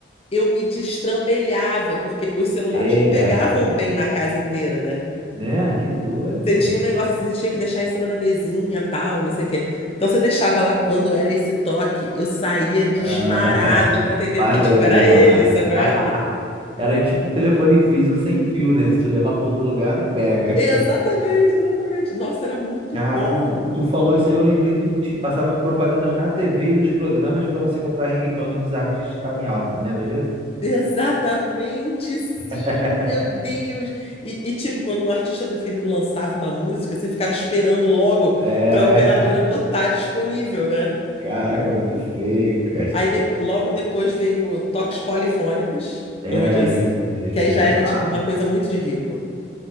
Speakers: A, on the left (about 30°); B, on the right (about 30°).
A: eu me destrambelhava, porque os celulares
B: eita,
A: não pegavam bem na casa inteira, né?
B: né? Que doido,
A: Você
B: mano.
A: tinha um negócio assim, você tinha que deixar em cima da mesinha, tal, não sei o quê. Então você deixava lá quando era esse toque, eu saía disparado
B: Ah,
A: pra atender,
B: pra
A: porque
B: atender
A: tipo, era
B: lá.
A: ele, sacou?
B: <laughs>
A: é?
B: Era tipo telefone físico sem fio, né? Se tu levar pra outro lugar, não pega.
A: <laughs> Exatamente, exatamente. Nossa, era muito
B: Caraca,
A: bom.
B: tu falou isso aí, eu lembrei do. Te passava propagandas na TV e nos programas pra você comprar ringtone dos artistas que estavam em alta, lembra disso?
A: Exatamente, sim,
B: <laughs>
A: meu Deus. E, e, tipo, quando um artista preferido lançava uma música, você ficava esperando logo
B: É.
A: para a operadora botar disponível, né?
B: Caraca, muito feio, cara.
A: Aí depo- logo depois veio o Toques Polifônicos,
B: É,
A: lembra disso?
B: isso mesmo,
A: Que aí
B: né?
A: já era
B: Claro.
A: tipo uma coisa muito de rico.